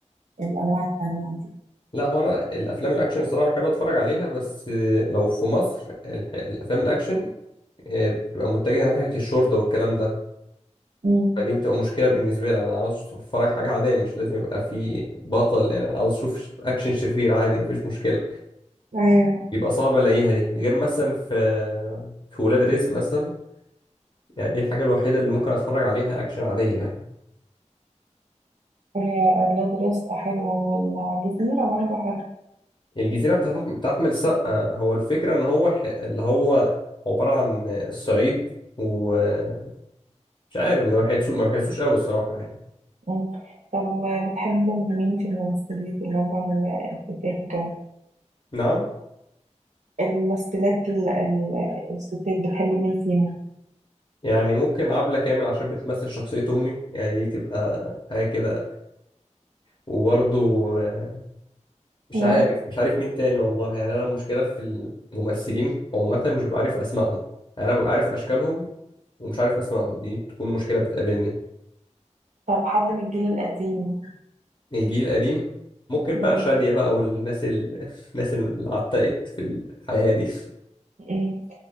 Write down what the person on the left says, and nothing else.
لا هو أنا الأفلام الأكشن الصراحة بحب أتفرج عليها بس آه، لو في مصر الح- الأفلام الأكشن آه، بتبقى متجهة ناحية الشرطة والكلام ده
فدي بتبقى مشكلة بالنسبة لي أنا عاوز أتفرج حاجة عادية مش لازم يبقى في بطل يعني أنا عاوز أشوف ش- أكشن شرير عادي مفيش مشكلة
بيبقى صعب ألاقيها دي غير مثلا في في ولاد رزق مثلا يعني دي الحاجة الوحيدة اللي ممكن اتفرج عليها اكشن عادية يعني
الجزيرة بتاعت أحم- بتاع احمد السقا هو الفكرة ان هو ح- اللي هو عبارة عن الصعيد ومش عارف ما بحسوش ما بحسوش قوي الصراحة يعني
نعم
يعني ممكن عبلة كامل عشان بتمثل شخصية أمي يعني دي بتبقى حاجة كده وبرضو آه، مش
عارف مش عارف مين تاني والله يعني أنا المشكلة في الممثلين عامة مش ببقى عارف أسمائهم يعني أنا ببقى عارف أشكالهم ومش عارف أسمائهم دي بتكون مشكلة بتقابلني
الجيل القديم ممكن
بقى شادية بقى والناس ال... <laughs> الناس اللي عتقت في الحياة دي